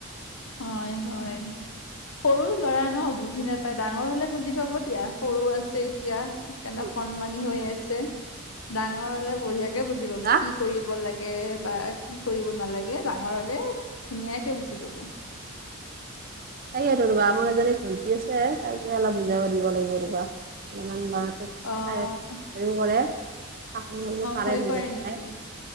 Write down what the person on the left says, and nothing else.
হয় -হয়। সৰু ল'ৰা ন' বুজি নেপাই ডাঙৰ হলে বুজি পাব দিয়া সৰু আছে এতিয়া। সেইকাৰণে
কণমানি হৈ আছে ডাঙৰ হ'লে বঢ়িয়াকে বুজি পাব
কি কৰিব লাগে বা কি কৰিব নালাগে ডাঙৰ হ'লে ধুনীয়াকে বুজি পাব।
অ',
অ',
ভয়
কৰে নেকি